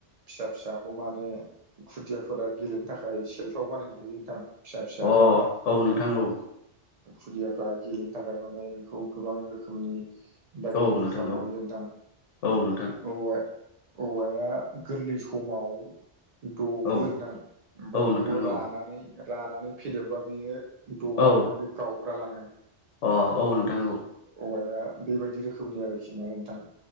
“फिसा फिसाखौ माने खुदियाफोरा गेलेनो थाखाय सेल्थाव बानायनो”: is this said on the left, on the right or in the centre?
Right